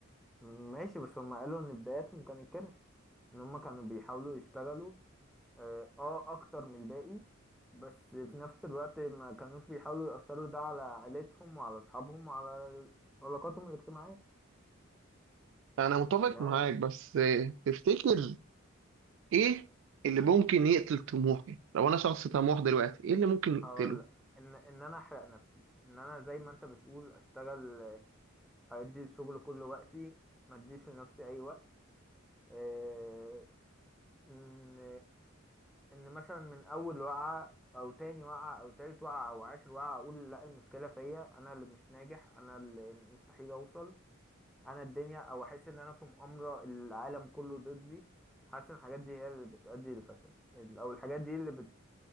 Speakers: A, in the centre; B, on the right.
A: ماشي بس هما قالوا ان بداياتهم كانت كده ان هما كانوا بيحاولوا يشتغلوا اه آه اكتر من الباقي بس في نفس الوقت ما كانوش بيحاولوا يأثروا ده على عيلتهم وعلى اصحابهم وعلى علاقاتهم الاجتماعية
B: انا متفق
A: يعني
B: معاك بس آه، تفتكر ايه اللي ممكن يقتل طموحي لو انا شخص طموح دلوقتي ايه اللي ممكن يقتله
A: هقول لك ان ان انا احرق نفسي ان انا زي ما انت بتقول اشتغل آه، ادي الشغل كل وقتي ما اديش لنفسي اي وقت آه، ان ان مثلا من اول وقعه او تاني وقعه او تالت وقعه او عاشر وقعه اقول لا المشكله فيا انا اللي مش ناجح انا اللي مستحيل اوصل انا الدنيا او احس ان انا في مؤامره العالم كله ضدي حاسس ان الحاجات دي هي اللي بتؤدي للفشل او الحاجات دي اللي بت